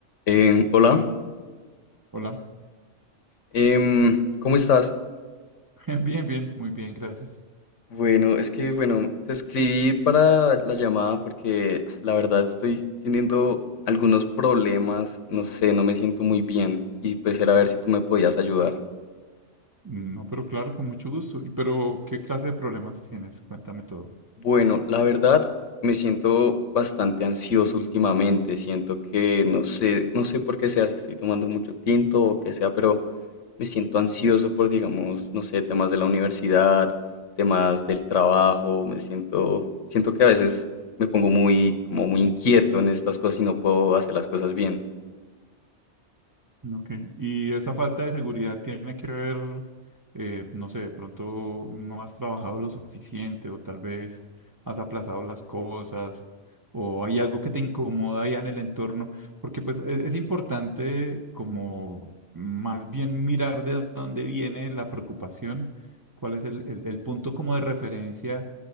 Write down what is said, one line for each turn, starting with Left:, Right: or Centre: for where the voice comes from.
Left: Eh, hola,
Right: Hola.
Left: em, ¿cómo estás?
Right: <laughs> Bien, bien, muy bien, gracias.
Left: Bueno, es que, bueno, te escribí para la llamada porque ah, la verdad estoy teniendo algunos problemas, no sé, no me siento muy bien y pues era a ver si tú me podías ayudar.
Right: No, pero claro, con mucho gusto. ¿Y pero qué clase de problemas tienes? Cuéntame todo.
Left: Bueno, la verdad me siento bastante ansioso últimamente, siento que no sé, no sé por qué sea, si estoy tomando mucho tinto o qué sea, pero me siento ansioso por, digamos, no sé, temas de la universidad, temas del trabajo, me siento, siento que a veces me pongo muy, como muy inquieto en estas cosas y no puedo hacer las cosas bien.
Right: Ok, y esa falta de seguridad tiene que ver, eh, no sé, de pronto no has trabajado lo suficiente o tal vez has aplazado las cosas o hay algo que te incomoda ya en el entorno, porque pues e- es, importante como más bien mirar de dónde viene la preocupación, cuál es el, el- el punto como de referencia